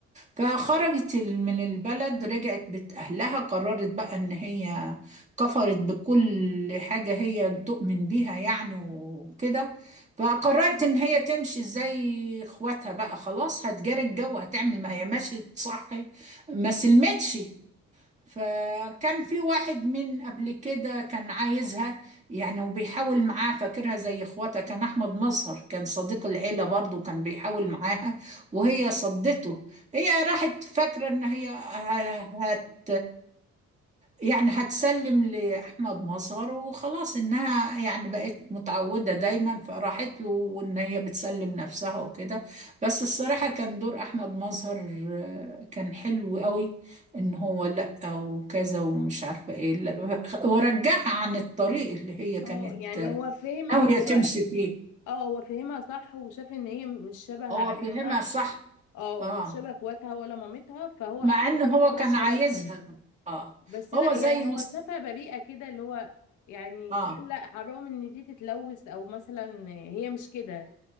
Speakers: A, on the right; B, on the left.
A: فخرجت من البلد رجعت بيت أهلها قررت بقى إن هي كفرت بكل حاجة هي تؤمن بيها يعني وكده فقررت إن هي تمشي زي إخواتها بقى خلاص هتجاري الجو هتعمل ما هي مشيت صح ما سلمتش فكان في واحد من قبل كده كان عايزها يعني وبيحاول معاه فاكرها زي إخواتها كان أحمد مظهر كان صديق العيلة برضه كان بيحاول معاها وهي صدته هي راحت فاكرة إن هي هت يعني هتسلم لأحمد مظهر وخلاص إنها يعني بقت متعودة دايما فراحت له وإن هي بتسلم نفسها وكده بس الصراحة كان دور أحمد مظهر آه، كان حلو قوي إن هو لأ وكذا ومش عارفة إيه لأ ورجعها عن الطريق اللي هي كانت
B: اه يعني
A: آه،
B: هو فهم هو
A: ناوية تمشي فيه
B: اه هو فهمها صح وشاف ان هي مش شبه عيلتها
A: هو فهمها صح
B: اه
A: آه
B: مش شبه اخواتها ولا مامتها فهو
A: مع
B: حب
A: إن
B: ان
A: هو
B: هي ما تبقاش
A: كان
B: شبههم
A: عايزها آه
B: بس
A: هو
B: لا
A: زي
B: يعني
A: ما
B: هو شافها بريئه كده اللي هو يعني
A: اه
B: قال لا حرام ان دي تتلوث او مثلا هي مش كده